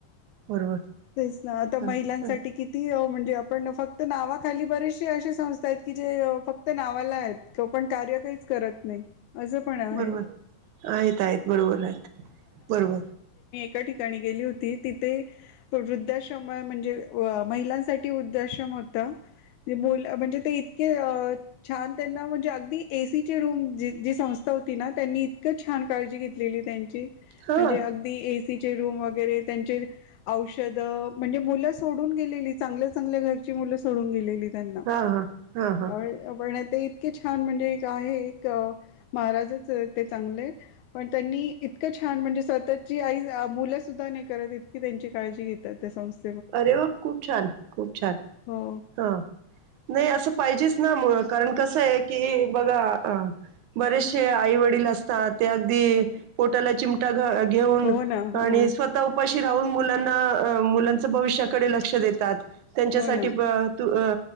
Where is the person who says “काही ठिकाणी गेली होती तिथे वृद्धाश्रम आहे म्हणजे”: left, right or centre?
Left